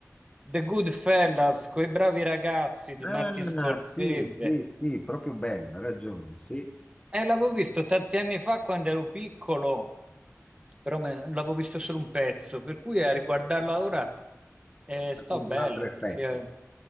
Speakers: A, on the right; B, on the left.
A: The Good Fellas, Quei bravi ragazzi di
B: Ah,
A: Martin Scorsese.
B: sì, sì, sì, proprio bello, hai ragione, sì.
A: Eh, l'avevo visto tanti anni fa quando ero piccolo, però me- l'avevo visto solo un pezzo, per cui a riguardarlo ora eh,
B: Fa
A: sto
B: tutto
A: bello
B: un altro effetto.
A: perché...